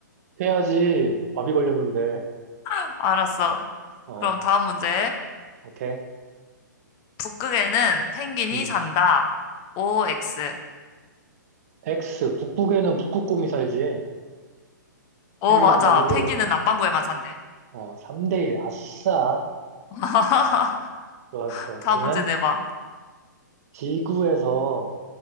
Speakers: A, on the right (about 50°); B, on the left (about 30°).
A: 해야지. 밥이 걸렸는데.
B: <laughs> 알았어.
A: 어,
B: 그럼 다음 문제.
A: 오케이.
B: 북극에는 펭귄이
A: 음.
B: 산다. OX.
A: X, 북극에는 북극곰이 살지.
B: 오,
A: 펭귄은
B: 맞아.
A: 남극.
B: 펭귄은 남반구에만 산대.
A: 어, 3대1. 아싸.
B: <laughs>
A: 좋았어.
B: 다음
A: 그러면
B: 문제 내봐.
A: 지구에서